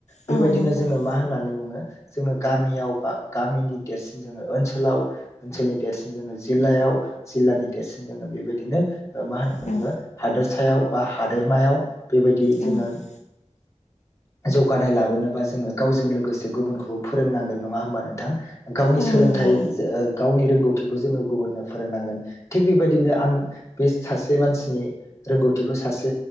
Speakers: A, on the left (about 25°); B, on the left (about 70°).
A: बेबायदिनो
B: औ नंगौ
A: जोङो मा होननानै बुङो जोङो गामियाव बा गामिनि देरसिन जोङो ओनसोलाव ओनसोलनि देरसिन जोङो जिल्लायाव जिल्लानि देरसिन जोङो बेबायदिनो ओ मा होनना
B: औ
A: बुङो हादोर सायाव बा हादोरमायाव बेबायदि जोङो
B: औ
A: जौगानाय लाबोनोबा जोङो गावजों लोगोसे गुबुनखौबो फोरोंनांगोन। नङा होमबा नोंथां? गावनि
B: औ
A: सोलोंथाइ
B: नंगौ
A: जे ओ गावनि रोंगौथिखौ जोङो गुबुननो फोरोंनांगोन। थिग बेबायदिनो आं बे सासे मानसिनि रोंगौथिखौ सासे